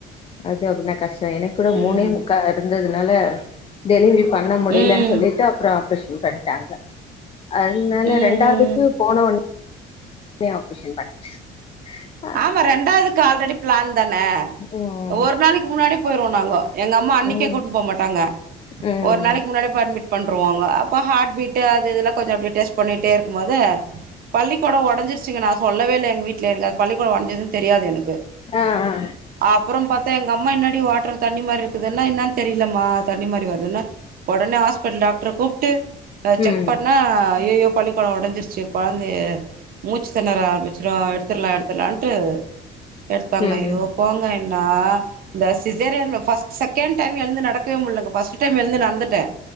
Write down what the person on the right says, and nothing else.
ம்
ம்
ம்
ம்
ஆமா ரெண்டாவதுக்கு ஆல்ரெடி பிளான் தானே
ஒரு நாளைக்கி முன்னாடியே போயிருவோ நாங்க எங்க அம்மா அன்னைக்கி
கூட்டிட்டு போக மாட்டாங்க
ஒரு நாளைக்கி முன்னாடி போய் அட்மிட் பண்ணுருவாங்க அப் ப ஹார்ட்பீட்டு அது இதெல்லா கொஞ்சோ அப்படியே டெஸ்ட் பண்ணிட்டே இருக்கும் போது பனிக்கொடோ ஒடசிருச்சுங்க நா சொல்லவேல்லை எங்க வீட்ல எனக் அதுக் பனிக்கொடோ ஒடஞ்சது தெரியாது எனக்
அப்புறம் பாத்தா எங்க அம்மா என்னாடி வாட்டர் தண்ணி மாரி இருக்குதுன்னா என்னன்னு தெரியலமா தண்ணி மாரி வருதுன்னா ஓடனே ஹாஸ்பிடல் டாக்டரகூப்பிட்டு செக்
பண்ணா அய்யயோ பனிக்கொடம் ஒடைஞ்சிருச்சு கொழந்தைய மூச்சு தெணற ஆரம்பிச்சிரு எடுத்துலா எடுத் தலான்ட்டு எடுத்தாங்க
ஐயோ போங்க என்ன இந்த சிசேரியர்ன்ஸ் ஃப்ர்ஸ் செகண்ட் டைம் எழுந்து நடக்கவே முடியலங்க ஃபர்ஸ்ட் டைம் எழுந்து நடந்துட்டே